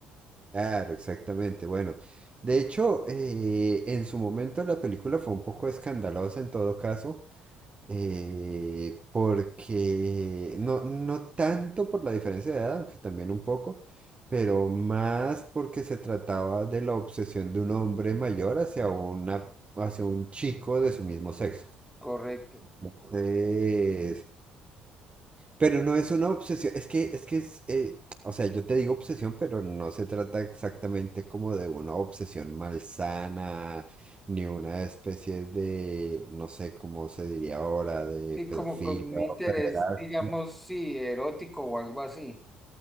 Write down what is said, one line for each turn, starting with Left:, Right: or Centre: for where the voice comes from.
Right: Claro, exactamente. Bueno, de hecho, eh, en su momento la película fue un poco escandalosa en todo caso, eh, porque no, no tanto por la diferencia de edad, aunque también un poco, pero más porque se trataba de la obsesión de un hombre mayor hacia una, hacia un chico de su mismo sexo.
Centre: Correcto.
Right: Entonces, pero no es una obsesión, es que, es que es, eh, o sea, yo te digo obsesión, pero no se trata exactamente como de una obsesión malsana, ni una especie de, no sé cómo se diría ahora, de
Centre: Sí,
Right: pedofilia
Centre: como con un interés,
Right: o pederastia.
Centre: digamos, sí, erótico o algo así.